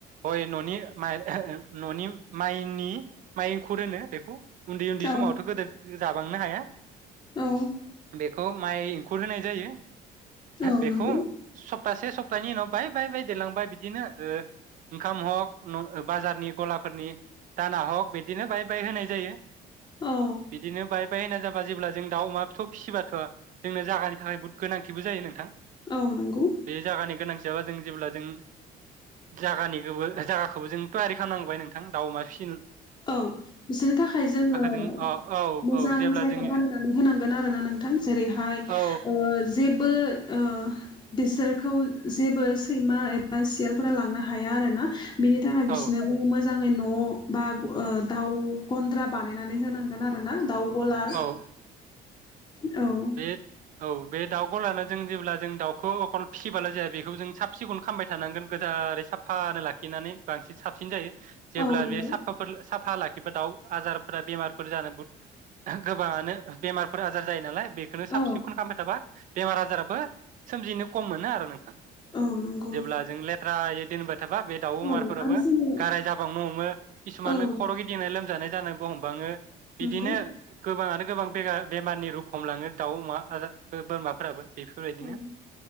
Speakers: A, on the right (about 50°); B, on the left (about 25°).
A: हय ननि माइ ननि माइनि माइ एखुर होनो बेखौ। उन्दै उन्दै
B: औ
A: समावथ गोदो जाबांनो हाया।
B: औ
A: बेखौ माइ एंखुर होनाय जायो।
B: औ
A: बेखौ
B: नंगौ
A: स सप्तासे सप्तानि उनाव बाय बाय बाय देलांबाय बिदिनो ओंखाम हक बाजारनि गलाफोरनि दाना हग बिदिनो बाय बाय होनाय जायो।
B: औ
A: बिदिनो बाय बाय होनाय जाबाय जेब्ला जों दाउ अमा फिथौ फिसिबाथ जोंनो जानि थाखाय बहुद गोनांथिबो जायो नोंथां
B: औ नंगौ
A: बे जायगानि गोनां जाबा जों जेब्ला जों जायागानिखौबो जागाखौबो जों थयारि खालामनांबाय नोंथां दाउमा फिसि
B: औ बिसोरनि थाखाय जोङो
A: जों अ औ
B: मोजां
A: औ जेब्ला
B: जायगा
A: जोंनि
B: बानायनानै होनांगोन आरोना नोंथां जेरैहाय
A: औ
B: जे बो ओ बिसोरखौ जेबो सैमा एबा सियालफोरा लांनो हाया आरोना। बिनि थाखाय बिसोरनो
A: औ
B: जोङो मोन मोजाङै न बा ओ दाउ गन्द्रा बानायनानै होनांगोन आरो ना दावगलार
A: औ
B: औ
A: बे औ बे दाउ गलानो जों जेब्ला जों दाउखौ अखल फिसिबोला जाया बेखौ जों साब सिखन खालामामबाय थानांगोन गोजारै साफानो लाखिनानै बांसिन साबसिन जायो। जेब्ला
B: औ नंगौ
A: बे साफाफोर साफ फा लाखिबा दाउ आजारफोरा बेमारफोर जानो बु गोबाङानो बेमारफोर आजार जायो नालाय बेखौनो साब
B: औ
A: सिखन खालामबाय थाबा बेमार आजाराबो सोमजिनो खम मोनो आरो नोंथां।
B: औ नंगौ
A: जेब्ला जों लेफ्ट। थ्रा एदिननिफाय थाबा बे दाउ अमारफोराबो
B: औ आरो जोङो
A: गाराय जाबांनो हमो किसुमान
B: औ
A: खर' गिदिंनाय लोमजानाय जानोबो हमबाङो बिदिनो
B: नंगौ
A: गोबाङानो गोबां बेरा-बेमारनि रुग हमलाङो दाउ अमा आजार बोरमाफोराबो बेफोरबायदिनो
B: औ